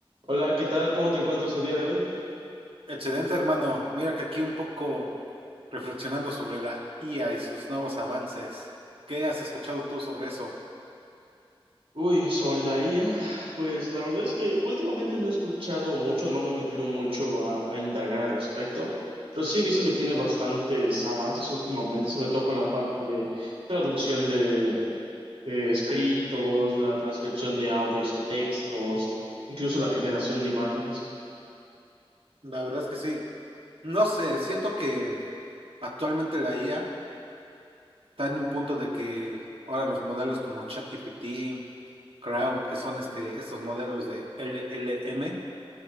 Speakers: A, on the right; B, on the right.
A: Hola, ¿qué tal? ¿Cómo te encuentras el día de hoy?
B: Excelente, hermano. Mira que aquí un poco reflexionando sobre la IA y sus nuevos avances. ¿Qué has escuchado tú sobre eso?
A: Uy, sobre la IA, pues la verdad es que últimamente no he escuchado mucho, no me he metido mucho a, a indagar al respecto, pero sí he visto que tiene bastantes avances últimamente, sobre todo con la parte de traducción de, de escritos, la transcripción de audios a textos, incluso la generación de imágenes.
B: La verdad es que sí. No sé, siento que actualmente la IA está en un punto de que ahora los modelos como ChatGPT, Crowd, que son este, estos modelos de LLM,